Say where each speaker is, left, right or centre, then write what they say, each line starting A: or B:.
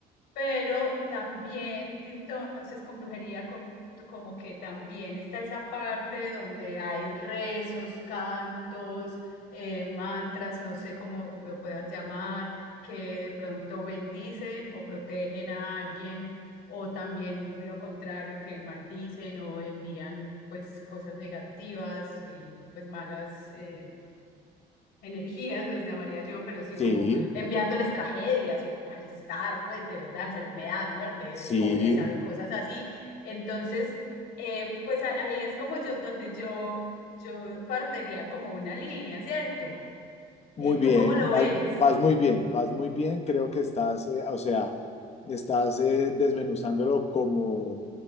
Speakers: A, on the left; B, on the left.
A: pero también entonces con brujería con- como que también está esa parte donde hay rezos, cantos, eh, mantras, no sé cómo lo puedas llamar, que de pronto bendicen o protegen a alguien. O también lo contrario, que maldicen o envían pues cosas negativas y pues malas eh, energías, les llamaría yo, pero sí como
B: Sí,
A: enviándoles tragedias o malestar, pues de verdad, enfermedad, muerte,
B: sí.
A: eh, pobreza, de cosas así. Entonces, eh, pues a- ahí es como yo, donde yo, yo partiría como una línea, ¿cierto?
B: Muy
A: Eh,
B: bien,
A: ¿tú cómo lo
B: vas,
A: ves?
B: vas muy bien, vas muy bien. Creo que estás, eh, o sea, estás eh, desmenuzándolo como